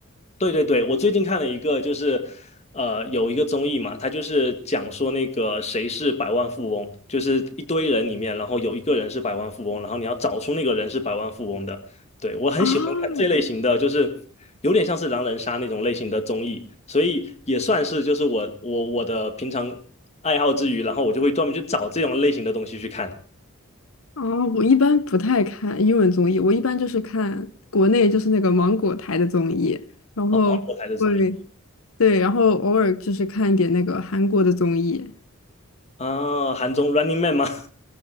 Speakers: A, on the left; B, on the left.
A: 对对对，我最近看了一个，就是呃，有一个综艺嘛，它就是讲说那个谁是百万富翁，就是一堆人里面，然后有一个人是百万富翁，然后你要找出那个人是百万富翁的。对，我很喜欢看这类型的，
B: 啊，
A: 就是有点像是狼人杀那种类型的综艺，所以也算是就是我我我的平常爱好之余，然后我就会专门去找这种类型的东西去看。
B: 哦，我一般不太看英文综艺，我一般就是看国内就是那个芒果台的综艺，然后会
A: 哦，芒果台的综艺
B: 对，然后偶尔就是看一点那个韩国的综艺。
A: 啊，韩综《Running Man》吗？